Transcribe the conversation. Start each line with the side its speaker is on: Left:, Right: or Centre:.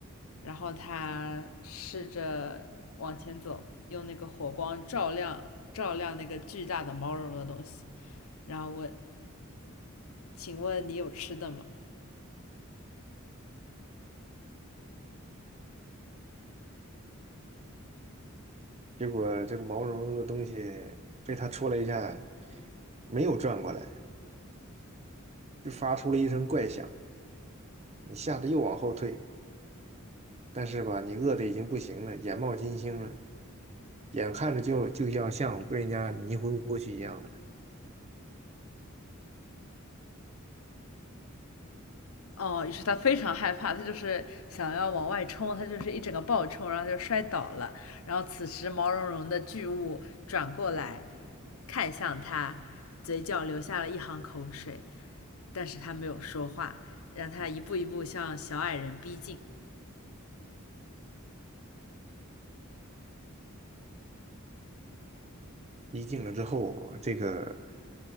Left: 然后他试着往前走，用那个火光照亮照亮那个巨大的毛茸茸的东西，然后问：“请问你有吃的吗？”
Right: 结果这个毛茸茸的东西被他戳了一下，没有转过来，就发出了一声怪响。你吓得又往后退，但是吧，你饿得已经不行了，眼冒金星了，眼看着就就要像被人家迷昏过去一样的。
Left: 哦，于是他非常害怕，他就是想要往外冲，他就是一整个暴冲，然后就摔倒了。然后此时毛茸茸的巨物转过来看向他，嘴角流下了一行口水，但是他没有说话，让他一步一步向小矮人逼近。
Right: 一进了之后，这个